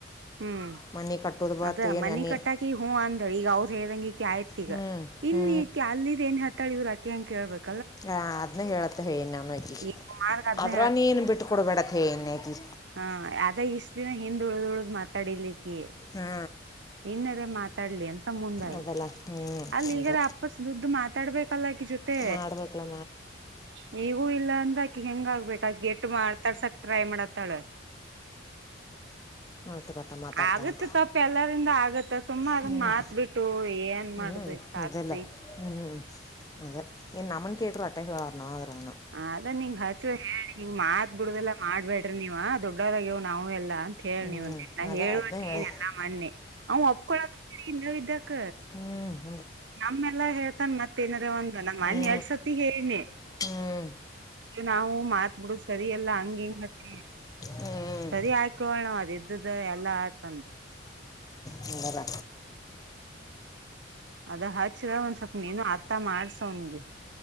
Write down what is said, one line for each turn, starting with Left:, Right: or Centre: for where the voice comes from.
Right: ಹ್ಮ್
Left: ಮನೆ ಕಟ್ಟೋದು ಬತ್
Right: ಅದ
Left: ಏನು
Right: ಮನಿ
Left: ಅನಿ
Right: ಕಟ್ಟಾಕಿ ಹೂ ಅಂದ ಈಗ ಅವ್ದ್ ಹೇಳ್ದಂಗಿಕ ಆಯ್ತ್ ಈಗ
Left: ಹ್ಞೂ ಹ್ಞೂ
Right: ಇನ್ನು ಈಕೆ ಅಲ್ಲಿದ್ದ ಏನ್ ಹತ್ತಾಳ ಇವ್ ಅಕ ಅಂ ಕೇಬೇಕು
Left: ಹ ಅದ್ನ್ನ ಹೇಳತ್ತ ಹೇಳೇನ್ ನಾನ ಕಿ
Right: ಈಗ ಕುಮಾರ್ಗ ಅದ್ನ
Left: ಆದದ್ ನೀನ್ ಬಿಟ್ಟ ಕೊಡ್ಬೇಡತ್ತ ಹೇನ್ಕಿ
Right: ಹಾ ಆದ ಇಷ್ಟ ದಿನ ಹಿಂದ್ ಉಳ್ದ್ ಉಳ್ದ್ ಮಾತಾಡಿರ್ಲಿಕ್ಕೆ
Left: ಹಾ
Right: ಇನ್ನರ ಮಾತಾಡ್ಲಿ ಅಂತ ಮುಂಡಾಗಿ
Left: ಅದಲ್ಲ ಹ್ಞೂ
Right: ಅಲ್ಲಿ
Left: ಅದ
Right: ಈಗದ ಅಪ್ಪಸ್ ದುಡ್್ದ ಮಾತಾಡ್ಬೇಕಲ್ಲಕ ಜೊತೆ
Left: ಮಾಡ್ಬೇಕಲ್ಲ
Right: ನೀಗೂ ಇಲ್ಲ ಆಕಿ ಹೆಂಗ ಆಗ್ಬೇಕ ಆಕಿ ಎಟ್ಟು ಮಾತಾಡ್ಸಕ್ ಟ್ರೈ ಮಾಡತ್ತಾಳ
Left: ಮಾಡ ಟ್ಟು ಕಟ್ಟ ಮಾತಾಡ್ತಾವಂತ
Right: ಆಗತ್ ತಪ್ಪ ಎಲ್ಲರಿಂದ ಆಗತ್ತ ಸುಮ್ಮ ಅದನ್
Left: ಹ್ಮ
Right: ಮಾತ್ ಬಿಟ್ಟು ಏನ್
Left: ಹ್ಮ್
Right: ಮಾಡುದು ಸಾಧಿಸಿ
Left: ಇಲ್ಲ ಹ್ಞ ಹ್ಞ ಅದದೆ ನು ಅಮ್ಮನ ಕೇರು ಅಟೈ್ ವರ್ಣ ಅದ್ರಣ
Right: ಅದ ನಿಂಗ್ ಹಚ್ಚಿದ ಹೇಳಿ ನೀ್ ಮಾತ್ ಬಿಡ್ದಲ್ಲಾ ಮಾಡ್ಬೇಡ್ರಿ ನೀವ್ ದೊಡ್ಡವದಾಗ್ಯವ್ ನಾವು ಎಲ್ಲಾ ಂತ ಹೇಳಿ
Left: ಹ್ಞೂ
Right: ನೀ ಒಂದೆಲ್ಲ
Left: ಅದ
Right: ಹೇಳುವಂತ
Left: ಅದನ್ನ ಹೇಳಿ
Right: ಏನ್ ಎಲ್ಲಾ ಮೊನ್ನೆ ಅವ್ ಒಪ್ಕೊಳಕ್ ಇಲ್ಲವಿದ್ದಕ
Left: ಹ್ಮಞ
Right: ನಮ್ಮ್ೆಲ್ಲಾ ಹೇಳ್ತಾನ ಮತ್ತೇಏನಾರ ಒಂದ ನಮ್ಮ
Left: ಹ್ಞೂ
Right: ಮನ್ ಎರಡ್ ಸರ್ತಿ ಹೇಳನಿ
Left: ಹ್ಞೂ
Right: ನಾವು ಮಾತ್ ಬಿಿಡ ಸರಿಯಲ್ಲಾ ಹಂಗ ಹಂಗ ಮತ್ತ
Left: ಹ್ಞೂ
Right: ಸರಿ ಆಾಕಳ ನವು ಅದ ಇದ್ದ್ದ ಎಲ್ಲ ತಂದು
Left: ಹ್ಮ್ಲ್ಲ
Right: ಅದ ಹಚ್ಚಿದ ಒಂದ್ ಸ್ವಲ್ಪ ನೀನು ಅರ್ಥ ಮಾಡ್ಸವ್ನಿಗೆ